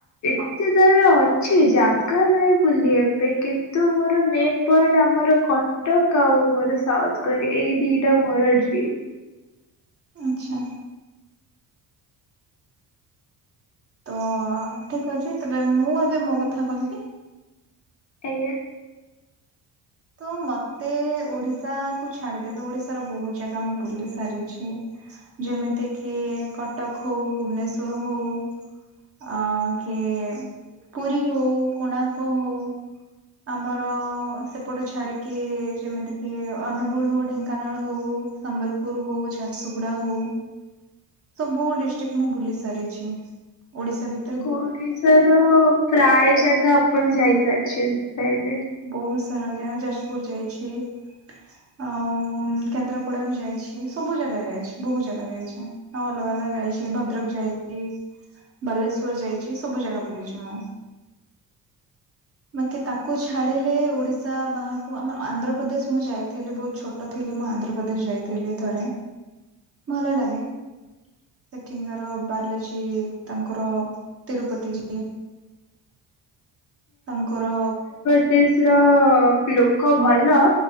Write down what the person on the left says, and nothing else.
ଏତେ ତାର ଅଛି ଜାଗା ନାଇଁ ବୁଲିବା ପାଇଁ କିନ୍ତ ନ୍ତୁ ମୋର ମେନ୍ ପଏଣ୍ଟ ଆମର କ ଟକ ଆଉ ମୋର ସାଉଥ କୋରି ଏଇ ଦିଟା ମୋର ଡ୍ରିମ୍।
ଆଜ୍ଞା।
ହଁ
ଓଡିଶାରୁ ପ୍ରାୟ ଜାଗା ଆପଣ ଯାଇସାରିଛନ୍ତି ତାହଲେ।
ସେ ଦେଶର ଲୋକ ଭଲ